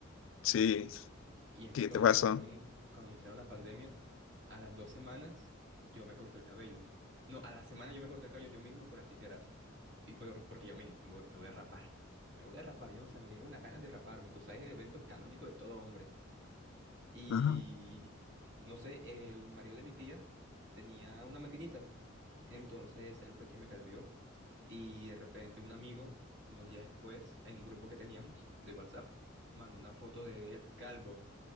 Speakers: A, on the left; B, on the right.
A: Sí,
B: Y es
A: ¿qué
B: que cuando
A: te pasó?
B: anunciaron, cuando anunciaron la pandemia, a las dos semanas yo me corté el cabello. No, a la semana yo me corté el cabello yo mismo con las tijeras. Y por, porque yo mía, me voy, me voy a rapar. Me voy a rapar, yo no sé, me dieron unas ganas de raparme. Tú sabes, el evento canónico de todo hombre. Y
A: Ajá.
B: no sé, el marido de mi tía tenía una maquinita. Entonces él fue quien me calvió. Y de repente un amigo, unos días después, en un grupo que teníamos de WhatsApp, mandó una foto de él calvo.